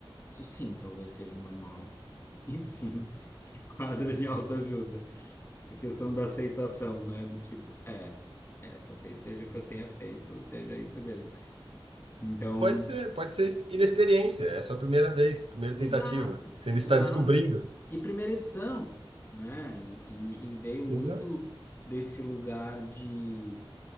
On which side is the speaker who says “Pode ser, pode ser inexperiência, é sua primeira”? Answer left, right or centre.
Right